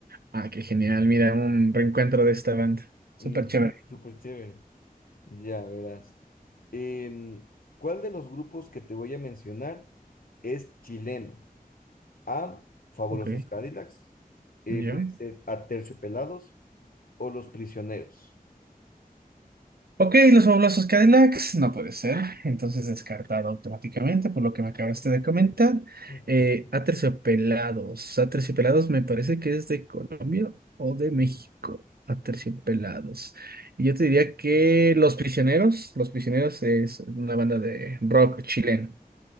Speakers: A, on the right; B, on the left.
A: Ah, qué genial. Mira, un reencuentro de esta banda. Súper
B: Ujú,
A: chévere.
B: súper chévere. Ya verás. Em, ¿cuál de los grupos que te voy a mencionar es chileno? A. Fabulosos
A: Ok.
B: Cadillacs. eh,
A: ¿Yo?
B: puede ser Aterciopelados o Los Prisioneros.
A: Ok, los fabulosos Cadillacs, no puede ser. Entonces descartado automáticamente por lo que me acabaste de comentar.
B: Ujú.
A: Eh, Aterciopelados. Aterciopelados me parece que es de Colombia o de México. Aterciopelados. Y yo te diría que Los Prisioneros. Los Prisioneros es una banda de rock chileno.